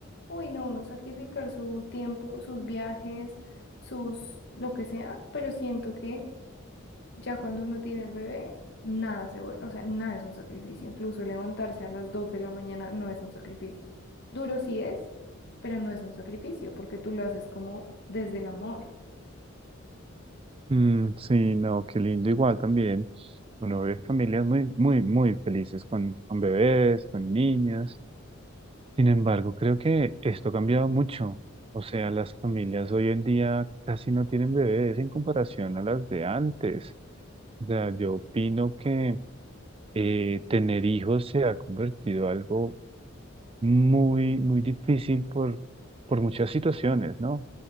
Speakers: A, on the left; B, on the right.
A: uy, no, uno sacrificar su tiempo, sus viajes, sus... lo que sea, pero siento que ya cuando uno tiene el bebé, nada se vuelve, o sea, nada es un sacrificio. Incluso levantarse a las 2 de la mañana no es un sacrificio. Duro sí es, pero no es un sacrificio porque tú lo haces como desde el amor.
B: Mm, sí, no, qué lindo igual también. Uno ve familias muy, muy, muy felices con, con bebés, con niñas. Sin embargo, creo que esto ha cambiado mucho. O sea, las familias hoy en día casi no tienen bebés en comparación a las de antes. O sea, yo opino que eh, tener hijos se ha convertido en algo muy, muy difícil por, por muchas situaciones, ¿no?